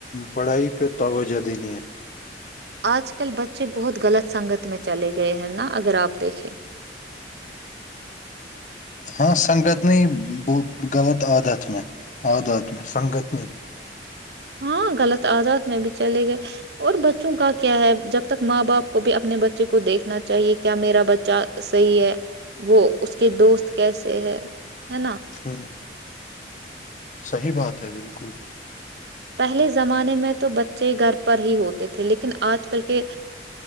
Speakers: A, on the left (about 45°); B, on the right (about 65°).
A: پڑھائی پہ توجہ دینی ہے
B: آج کل بچے بہت غلط سنگت میں چلے گئے ہیں نا اگر آپ دیکھیں
A: ہاں سنگت ن ب غلط عادت میں آدات میں سنگت نہیں
B: ہاں غلط عادات میں بھی چلے گئے اور بچوں کا کیا ہے جب تک ماں باپ کو بھی اپنے بچے کو دیکھنا چاہیے کیا میرا بچہ صحیح ہے وہ اس کے دوست کیسے ہے ہے نا
A: ہوں صحیح بات ہے بالکل
B: پہلے زمانے میں تو بچے گھر پر ہی ہوتے تھے لیکن آج کل کے